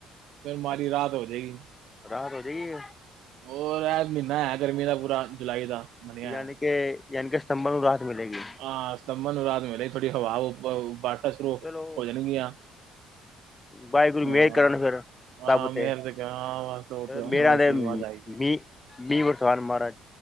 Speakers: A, on the right; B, on the left.
A: ਫੇਰ ਮਾੜੀ
B: ਅੱਛਾ
A: ਰਾਹਤ ਹੋਜੇਗੀ।
B: ਰਾਹਤ ਹੋਜੇਗੀ
A: ਹੋਰ ਐ ਮਹੀਨਾ ਹੈ ਗਰਮੀ ਦਾ ਪੂਰਾ ਜੁਲਾਈ ਦਾ ਮੰਨਿਆ
B: ਯਾਨੀ ਕਿ ਯਾਨੀ ਕੇ ਸਤੰਬਰ ਨੂੰ ਰਾਹਤ ਮਿਲੇਗੀ।
A: ਹਾਂ, ਸਤੰਬਰ ਨੂੰ ਰਾਹਤ ਮਿਲੇਗੀ ਥੋਡੀ ਹਵਾ ਵੂ ਵਾਟਾਂ ਸ਼ੁਰੂ
B: ਚਲੋ
A: ਹੋ ਜਾਣਗੀਆਂ।
B: ਵਾਹਿਗੁਰੂ
A: ਹਾਂ
B: ਮਿਹਰ ਕਰਨ ਫੇਰ। ਸਭ
A: ਹਾਂ ਮੇਰ
B: ਤੇ
A: ਹਾਂ ਬਸ ਉਹ ਤੇ ਉਹਨਾਂ
B: ਮੇਰਾ
A: ਦਾ ਆਸ਼ੀਰਵਾਦ
B: ਦੇ ਮੀਂਹ-ਮੀਂਹ,
A: ਆਈ ਜੇ
B: ਬਰਸਾਨ ਮਹਾਰਾਜ।